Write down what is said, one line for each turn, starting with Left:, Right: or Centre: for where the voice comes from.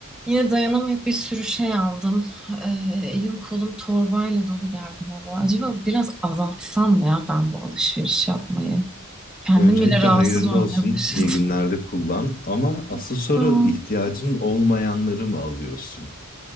Centre: Yine dayanamayıp bir sürü şey aldım. Ee, elim kolum torbayla dolu geldim eve. Acaba biraz azaltsam mı ya ben bu alışveriş yapmayı? Kendim
Left: Öncelikle
Centre: bile rahatsız
Left: hayırlı
Centre: olmaya
Left: olsun,
Centre: başladım.
Left: iyi günlerde kullan. Ama
Centre: <laughs>
Left: asıl soru
Centre: Sağ- ol.
Left: ihtiyacın olmayanları mı alıyorsun?